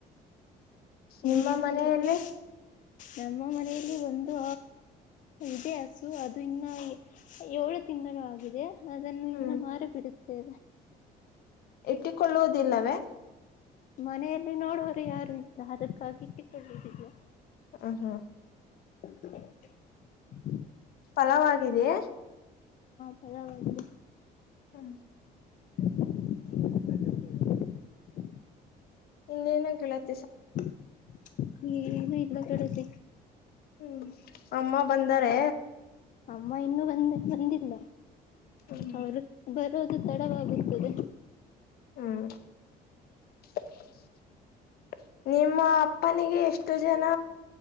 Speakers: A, on the left; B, on the left.
A: ಇ
B: ನಿಮ್ಮ
A: ಏನಂದಿರತ್ತ
B: ಮನೆಯಲ್ಲಿ
A: ನಮ್ಮ ಮನೆಯಲ್ಲಿ ಒಂದು ಇದೇ ಹಸು ಅದು ಇನ್ನ ಏಳು ತಿಂಗಳು ಆಗಿದೆ. ಅದನ್ನು
B: ಹ್ಮ್
A: ಇನ್ನ ಮಾರಿ ಬಿಡುತ್ತೇವೆ.
B: ಇಟ್ಟಿಕೊಳ್ಳುವುದಿಲ್ಲವೇ.
A: ಮನೆಯಲ್ಲಿ ನೋಡೋರು ಯಾರು ಇಲ್ಲ ಅದಕ್ಕಾಗಿಟ್ಟುದಿದ್ಯಾ.
B: ಹೂ ಹೂ.
A: <unintelligible>
B: ಫಲವಿದೆಯೇ.
A: ಪಲವಾಗಿದೆ.
B: ಹ್ಮ
A: ಹ <inaudible>
B: ಇನ್ನೇಏನಾಗಳತ್ತ
A: <inaudible> ಏನು ಇಲ್ಲ ಕಡೆದ.
B: ಹ್ಮ್ ಅಮ್ಮ ಬಂದಾರೆ.
A: ಅಮ್ಮ ಇನ್ನುೂ ಬಂದ ಬಂದಿಲ್ಲ
B: ಹ್ಮ್
A: ಅವರು ಬರೋದು ತಡವಾಗುತ್ತದ.
B: ಹ್ಮ್ <inaudible> ನಿಮ್ಮ ಅಪ್ಪನಿಗೆ ಎಷ್ಟು ಜನ